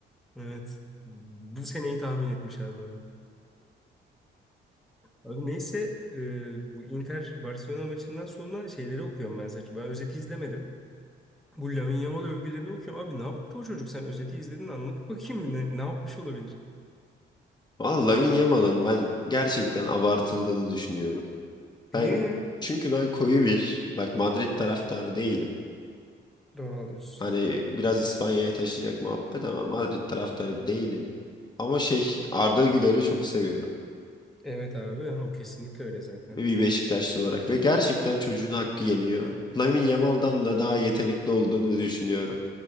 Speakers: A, in the centre; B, on the left.
A: Evet. Bu seneyi tahmin etmiş abi adam. Abi neyse e, bu Inter Barcelona maçından sonra şeyleri okuyorum ben sadece. Ben özeti izlemedim. Bu Lamine Yamal övgülerini okuyorum. Abi ne yaptı o çocuk? Sen özeti izledin anlat bakayım ne, ne yapmış olabilir?
B: Valla Lamine Yamal'ın ben gerçekten abartıldığını düşünüyorum. Ben
A: Niye ya?
B: çünkü ben koyu bir bak Madrid taraftarı değilim.
A: Doğru alıyorsun.
B: Hani biraz İspanya'ya taşıyacak muhabbet ama Madrid taraftarı değilim. Ama şey Arda Güler'i çok seviyorum.
A: Evet abi o kesinlikle öyle zaten.
B: Bir Beşiktaşlı olarak ve gerçekten çocuğun hakkı yeniyor. Lamine Yamal'dan da daha yetenekli olduğunu düşünüyorum.